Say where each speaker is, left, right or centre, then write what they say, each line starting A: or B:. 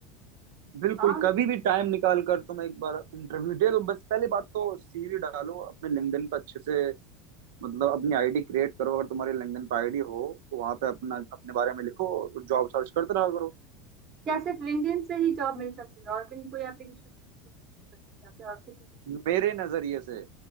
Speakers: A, on the right; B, on the right.
A: बिल्कुल
B: हाँ
A: कभी भी टाइम निकाल कर तुम एक बार इंटरव्यू दे दो बस पहली बात तो सीवी डालो अपने लिंक्डइन पर अच्छे से मतलब अपनी आईडी क्रिएट करो अगर तुम्हारे लिंक्डइन पर आईडी हो वहां पे अपना अपने बारे में लिखो जॉब सर्च करते रहा करो
B: क्या सिर्फ लिंक्डइन से ही जॉब मिल सकती है और कहीं कोई एप्लीकेशन मिल सकती है या फिर और किसी चीज
A: मेरे नजरिए से